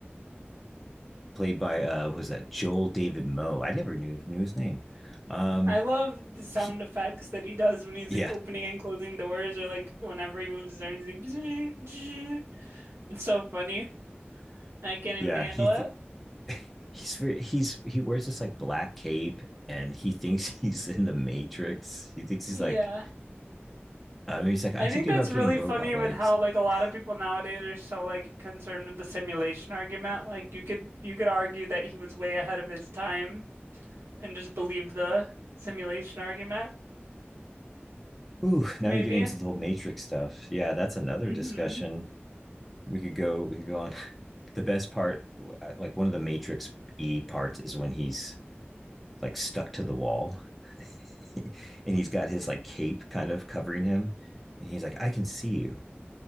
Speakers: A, in the centre; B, on the right.
A: played by uh what was that Joel David Moe. I never knew knew his name. Um
B: I love the sound
A: he,
B: effects that he does when he's
A: yeah,
B: like opening and closing doors or like whenever he moves his arms, he's like <laughs> It's so funny. I can't even
A: yeah.
B: handle
A: He th-
B: it.
A: he's he's he wears this like black cape and he thinks <laughs> he's in the Matrix. He thinks he's
B: Yeah.
A: like Uh, maybe it's like, I'm
B: I
A: thinking
B: think that's
A: about
B: really
A: getting robot
B: funny
A: legs.
B: with how like a lot
A: <laughs>
B: of people nowadays are so like concerned with the simulation argument. Like you could you could argue that he was way ahead of his time and just believed the simulation argument,
A: Ooh, now
B: maybe.
A: you're getting to the whole Matrix stuff. Yeah, that's another
B: hmm
A: discussion. We could go. We could go on. <laughs> The best part, uh, like one of the Matrix E parts, is when he's like stuck to the wall, <laughs> and he's got his like cape kind of covering him, and he's like, "I can see you,"